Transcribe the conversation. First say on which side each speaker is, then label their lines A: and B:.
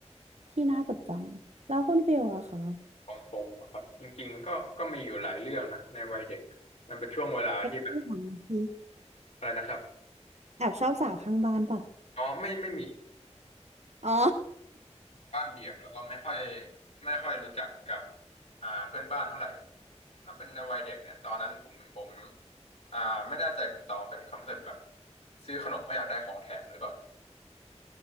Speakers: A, on the right; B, on the left.
A: ที่น่าจดจำแล้วคุณฟิลอะคะ
B: ของผมเหรอครับจริงๆมันก็ก็มีอยู่หลายเรื่องนะในวัยเด็กมันเป็นช่วงเวลาที่แบบ
A: แค่ตัวอย่างสิ
B: อะไรนะครับ
A: แอบชอบสาวข้างบ้านเปล่ะ
B: อ๋อไม่ไม่มี
A: <laughs> อ๋อ
B: บ้านเดี่ยวแล้วก็ไม่ค่อยไม่ค่อยรู้จักกับอ่าเพื่อนบ้านเท่าไหร่ถ้าเป็นในวัยเด็กเนี่ยตอนนั้นผมผมอ่าไม่แน่ใจคุณตองเคยมีความรู้สึกแบบซื้อขนมเพราะอยากได้ของแถมหรือเปล่า